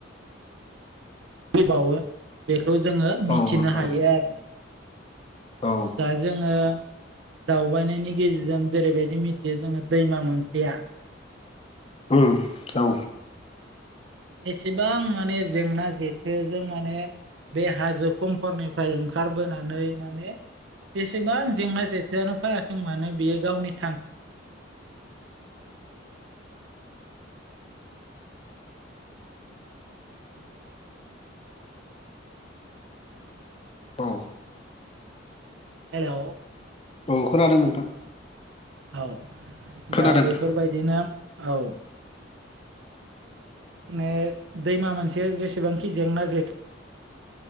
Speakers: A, on the right (about 70°); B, on the left (about 30°).
A: फैबावो बेखौ जोङो मिथिनो
B: औ नोंथां
A: हायो आरो।
B: औ
A: दा जोङो दावबायनायनि गेजेरजों जेरैबायदि मिथियो जोङो दैमा मोनसेया
B: उम औ
A: एसेबां माने जेंना जेथोजों माने बे हाजो खमखरनिफ्राय ओंखारबोनानै माने बेसेबां जेंना जेंथायआनो फैयाथों मानो बेयो गावनि थां
B: औ
A: हेलौ
B: अ खोनादों नोंथां
A: औ
B: खोनादों
A: दा बेफोरबायदिनो औ माने दैमा मोनसे जेसेबांखि जेंना जेथो